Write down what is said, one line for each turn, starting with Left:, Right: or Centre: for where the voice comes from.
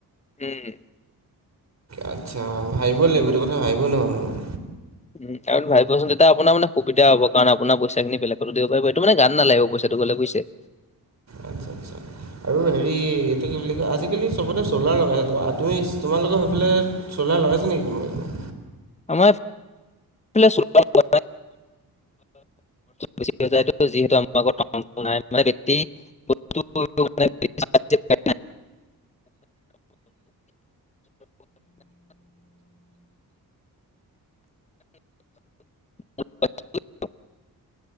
Left: উম,
Right: আচ্ছা ভাবিবই লাগিব এইটো কথা ভাবিব নহ'ল মোৰ।
Left: উম, আৰু ভাবিবচোন তেতিয়া আপোনাৰ মানে সুবিধা হব কাৰন আপোনাৰ পইচাখিনি বেলেগটো দিব পাৰিব এটো মানে গাট নালাগিব পইচা <unintelligible> <unintelligible>
Right: আচ্ছা-আচ্ছা। আৰু হেৰি এইটো কি বুলি কয় আজিকালি চবতে চ'লাৰ লগায় সেইটো আৰু তুমি তোমালোকৰ সেইফালেই চ'লাৰ লগাইছে নেকি কোনোবাই
Left: আমাৰ <unintelligible> <unintelligible> বেছি হৈ যায়ো যিহেতু আমাৰ। <unintelligible> বস মানে <unintelligible> <inaudible>